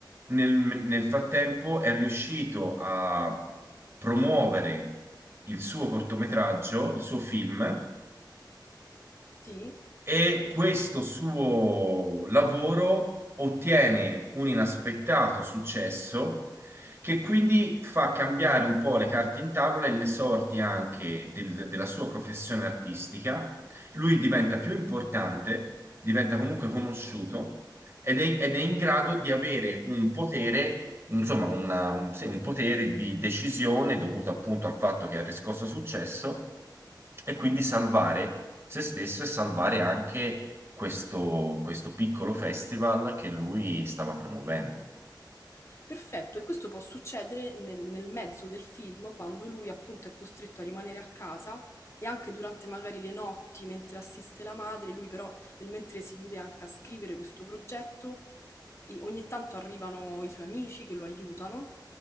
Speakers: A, on the right; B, on the left.
A: nel, nel frattempo è riuscito a promuovere il suo cortometraggio, il suo film,
B: sì,
A: e questo suo lavoro ottiene un inaspettato successo che quindi fa cambiare un po' le carte in tavola e le sorti anche del- della sua professione artistica. Lui diventa più importante, diventa comunque conosciuto ed è, ed è in grado di avere un potere, insomma, una- un, sì, un potere di decisione dovuto appunto al fatto che ha riscosso successo e quindi salvare se stesso e salvare anche questo, questo piccolo festival che lui stava promuovendo.
B: Perfetto, e questo può succedere nel, nel mezzo del film, quando lui appunto è costretto a rimanere a casa e anche durante magari le notti, mentre assiste la madre, lui però nel mentre si chiude anche a scrivere questo progetto, e ogni tanto arrivano i suoi amici che lo aiutano